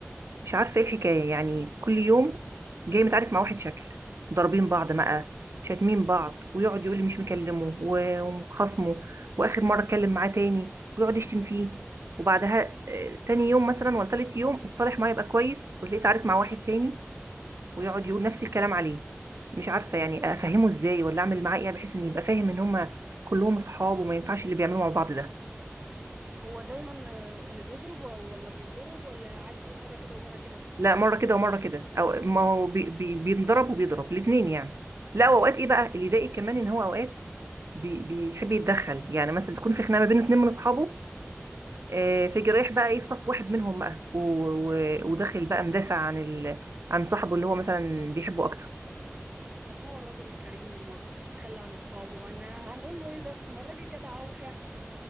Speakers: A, on the right; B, on the right.
A: مش عارفه ايه الحكايه يعني كل يوم جاي متعارك مع واحد شكل ضاربين بعض بقى شاتمين بعض ويقعد يقول لي مش مكلمه و- وخصمه واخر مره اتكلم معاه تاني ويقعد يشتم فيه وبعدها آه، تاني يوم مثلا ولا تالت يوم اتصالح معاه يبقى كويس وتلاقيه اتعارك مع واحد تاني ويقعد يقول نفس الكلام عليه مش عارفه يعني افهمه ازاي ولا اعمل معاه ايه بحيث ان يبقى فاهم ان هما كلهم اصحاب وما ينفعش اللي بيعملوه مع بعض ده
B: هو دايما آه، اللي بيضرب و- ولا بيتضرب ولا عادي إيه، مرة كده ومرة كده
A: لا مره كده ومره كده او ما هو بي بي بينضرب وبيضرب الاثنين يعني لا واوقات ايه بقى اللي يضايق كمان ان هو اوقات بي بيحب يتدخل يعني مثلا تكون في خناقه ما بين اتنين من اصحابه آه، فيجي رايح بقى ايه في صف واحد منهم بقى و- و- وداخل بقى مدافع عن ال... عن صاحبه اللي هو مثلا بيحبه اكتر
B: طب هو الراجل الكريم ما بيحبش يتخلى عن اصحابه انا هنقول له ايه بس ما الراجل جدع عوشة